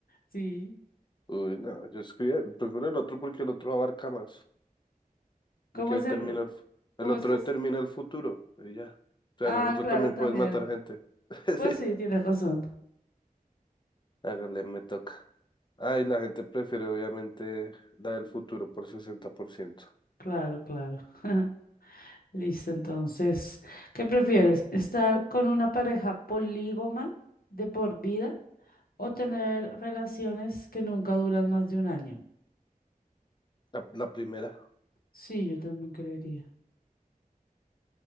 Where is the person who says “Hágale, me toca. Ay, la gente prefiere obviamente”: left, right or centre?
Left